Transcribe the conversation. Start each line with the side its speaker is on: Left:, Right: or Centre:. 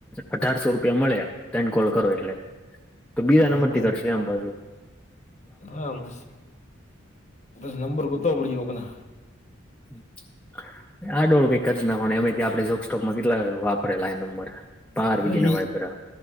Centre: અઢારસો રૂપિયા મળે. તણ કોલ કરો એટલે.
Left: <inaudible>
Centre: તો બીજા નંબર
Left: ઈ
Centre: થી
Left: જ ને.
Centre: કરશે આમ પાછુ.
Left: હા બસ બસ નંબર ગોતવા પડશે કોક ના.
Centre: <unintelligible> આડુ અવળું કઈક કરી નાખવા નું આમેય આપડે જોક સ્ટોકમાં કેટલા વાપરેલા આ નંબર. પાર
Left: હા
Centre: બીજીના
Left: ઈ
Centre: વાયપરા